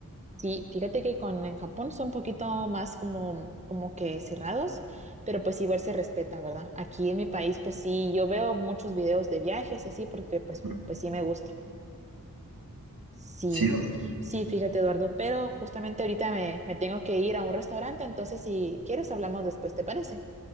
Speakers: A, on the right; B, on the right.
A: Sí, fíjate que con en Japón son un poquito más como, como que cerrados, pero pues igual se respeta, ¿verdad? Aquí en mi país, pues sí, yo veo muchos videos de viajes y así, porque pues,
B: Mm,
A: pues sí me gusta. Sí,
B: Sí, o-
A: sí, fíjate, Eduardo, pero justamente ahorita me, me tengo que ir a un restaurante, entonces si quieres hablamos después, ¿te parece?